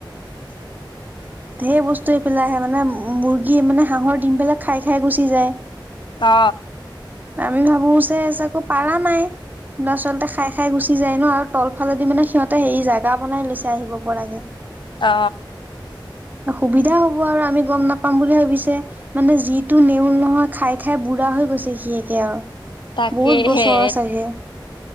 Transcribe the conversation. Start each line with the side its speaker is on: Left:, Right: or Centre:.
Right: েৰ বস্তু এই পেলাই আহে মানে মুৰ্গী মানে হাঁহৰ দিম পেলাই খাই খাই গুচি যায়
Left: অ
Right: আমি ভাবো চ চ আ একৌ পাৰা নাই আচলতে খাই খাই গুচি যায় ন আৰু তলফালেদি মানে সিহতে হেৰি জোগা বনাই লৈছে আহিব পৰাগে
Left: অ
Right: সুবিধা হ'ব আৰু আমি গ'ম নাপাম বুলি ভাবিছে মানে যিটো নেওল নহয় খাই খাই বুঢ়া হৈ গৈছে সি একে আৰু
Left: তাকে
Right: বহুত বছৰৰ
Left: হে
Right: চাগে।